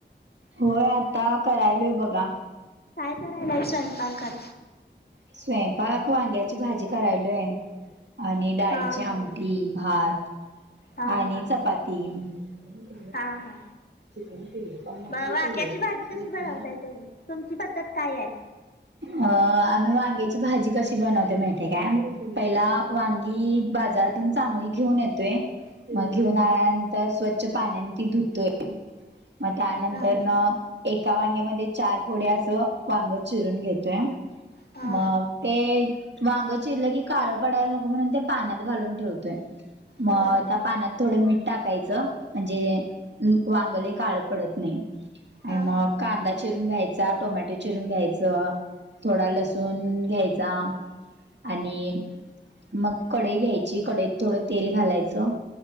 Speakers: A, on the right; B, on the left.
A: होय आता करायलय बघा
B: काय करायला आहे स्वयंपाकात?
A: स्वयंपाक वांग्याची भाजी करायलोय आणि डाळीची
B: हा हा
A: आमटी भात
B: हा
A: आणि
B: हा
A: चपाती त
B: हा हा
A: केले काक
B: म
A: त
B: वांग्याची भाजी कशी बनवताय
A: क.
B: तुम्ही? तुमची पद्धत काय आहे?
A: अ आम्ही वांग्याची भाजी कशी बनवते माहतेे काय पहिला वांगी बाजारातून चांगली घेऊन येतोय
B: <inaudible>
A: मग घेऊन आल्यानंतर स्वच्छ पाण्याने ती धुतोय. मग त्यानंतर
B: हा
A: न एका वांग्यामध्ये चार. थोडी असं वांग चिरून घेतोय.
B: हा
A: मग ते वांग चिरलं की, काळ पडायला नको म्हणून, ते पाण्यात घालून ठेवतोय. मग
B: हा
A: त्या पानात थोडं मीठ टाकायचं, म्हणजे वांग लै काळ पडत नाही. आणि
B: हा
A: मग
B: हा
A: कांदा. चिरून घ्यायचा, टोमॅटो चिरून घ्यायचं थोडा लसूण घ्यायचा. आणि मग कडई घ्यायची, कडईत थोड तेल. घालायचं